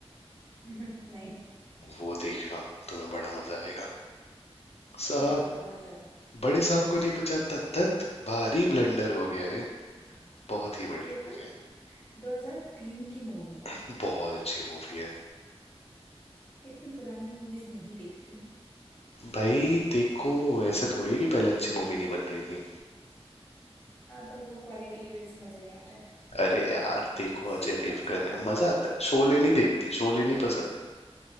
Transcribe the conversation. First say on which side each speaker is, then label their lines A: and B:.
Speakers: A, on the left; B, on the left.
A: <laughs> नहीं
B: वो देखना तुम्हें बड़ा मजा आएगा साहब
A: गंगा जल
B: बड़े साहब को नहीं पहचानता धत भारी ब्लंडर हो गया रे बहुत ही बढ़िया
A: ये
B: मूवी
A: तो 2003 की मूवी है
B: है बहुत अच्छी मूवी है
A: इतनी पुरानी मूवीज नहीं देखती
B: भाई देखो ऐसा थोड़ी है कि पहले अच्छी मूवी नहीं बन रही थी
A: हाँ पर वो क्वालिटी की वजह से मजे नहीं आता है
B: अरे यार देखो
A: <laughs>
B: अजय देवगन है मजा आता है शोले नहीं देखती शोले नहीं पसंद